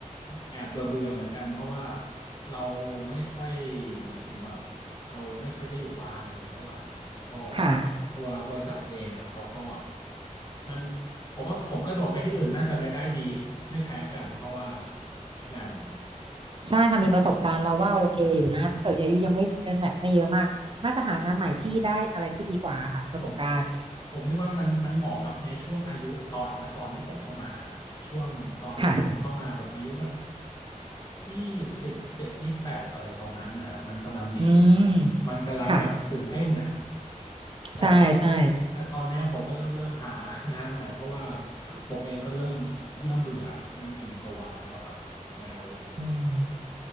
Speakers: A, on the left (about 30°); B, on the right (about 40°).
A: แอบเบื่อเบื่อเหมือนกันเพราะว่าเราไม่ค่อยหมายถึงว่า เราไม่ค่อยได้อยู่บ้านอะไรเท่าไหร่แล้วก็
B: ค่ะ
A: ตัวบริษัทเองอ่ะเขาก็มันผมว่าผมกระโดดไปที่อื่นน่าจะรายได้ดีไม่แพ้กันเพราะว่าอย่าง
B: ใช่ค่ะมีประสบการณ์เราว่าโอเคอยู่นะถ้าเกิดอายุยังไม่เป็นแบบไม่เยอะมากน่าจะหางานใหม่ที่ได้อะไรที่ดีกว่าค่ะประสบการณ์
A: ในใช่ผมผมผมคิดว่ามันมันเหมาะกับในช่วงอายุตอนนะตอนที่ผมเข้ามาช่วงตอนนั้นผมเข้ามาแบบอายุแบบ
B: ค่ะ
A: ยี่สิบเจ็ดยี่สิบแปดอะไรตอนนั้นนะครับมันกำลังดี
B: อืม
A: มันกำลังแบบตื่นเต้นนะ
B: ค่ะ
A: แต่
B: ใช่ใช่
A: แต่ตอนเนี้ยผมก็เริ่มเริ่มหางานใหม่เพราะว่าผมเองก็เริ่มเริ่มเบื่อมันอิ่มตัวแล้วอะครับแล้ว
B: อืม